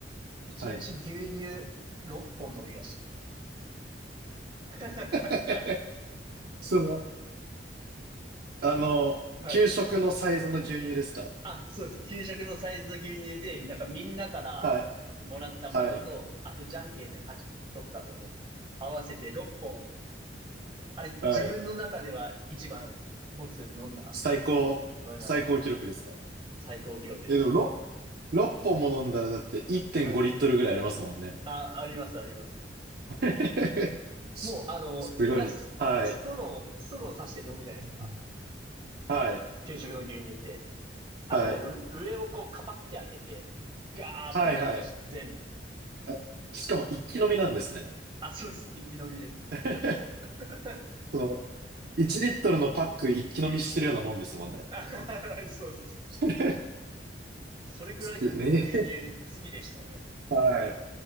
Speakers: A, on the right; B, on the right.
A: 一日牛乳6本飲みまし
B: はい。
A: た。
B: <laughs>
A: <laughs>
B: その、あの、
A: はい。
B: 給食のサイズの牛乳ですか
A: あ、そうです。給食のサイズの牛乳で、なんかみんなからもらったものと、
B: はい。はい。
A: あとじゃんけんで勝ち取ったもの、合わせて6本。あれ、自分の中では一番本数飲んだ、
B: はい。最高、
A: 飲みました。
B: 最高記録ですか
A: 最高記録です。
B: え、でも6 6本も飲んだらだって1.5リットルぐらいありますもんね。
A: はい。あ、あります、あります。
B: <laughs> す
A: もう、あの、みんなス、
B: ごい。はい。
A: ストロー、ストローさして飲むじゃないですか。
B: うんはい。
A: 給食の牛乳って。あの、
B: はい。
A: もう、う上をこう、カパって開けて、ガーッと飲んでました。
B: はい。はい。
A: 全部。
B: あしかも一気飲みなんですね。
A: あ、そうです。一気飲みです。
B: <laughs>
A: <laughs>
B: その、1リットルのパック一気飲みしてるようなもんですもんね。
A: あそうです。
B: <laughs>
A: それくらいでも牛乳好きでしたね。
B: えーはい。